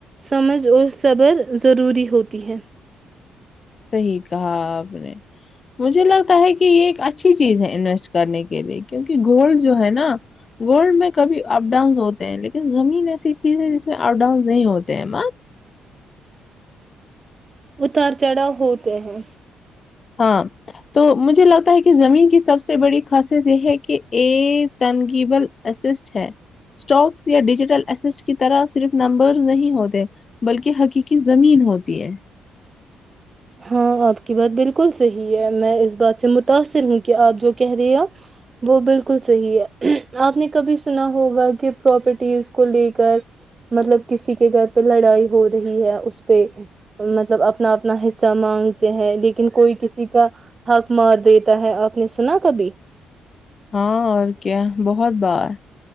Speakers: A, on the right; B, on the left.
A: سمجھ اور صبر ضروری ہوتی ہے
B: صحیح کہا آپ نے مجھے لگتا ہے کہ یہ ایک اچھی چیز ہے انویسٹ کرنے کے لیے کیونک گولڈ جو ہے نا گولڈ میں کبھی اپ ڈاؤن ہوتے ہیں لیکن زمین ایسی چیز ہے جس میں اپ ڈاؤن نہیں ہوتے ہیں مت
A: اتار چڑھا ہوتے ہیں
B: ہاں تو مجھے لگتا ہے کہ زمین کی سب سے بڑی خاصیت یہ ہے کہ ایک تنگیبل اسسٹ ہے اسٹاکس یا ڈیجیٹل اسٹ ک طرح صرف نمبرز نہیں ہوتے بلکہ حقیقی زمین ہوتی ہے
A: ہاں آپ کی بات بالکل صحی ہے میں اس بات سے متاثر ہوں کہ آپ جو کہہ رہی آ وہ بالکل صحی ہے آپ نے کبھی سنا ہوگا کہ پراپرٹیز کو لے کر مطلب کسی کے گھر پہ لڑائی ہو رہی ہے اس پہ مطلب اپنا اپنا حصہ مانگتے ہیں لیکن کوئی کسی کا حق مار دیتا ہے آپ نے سنا کبھی
B: ہاں اور کیا بہت بار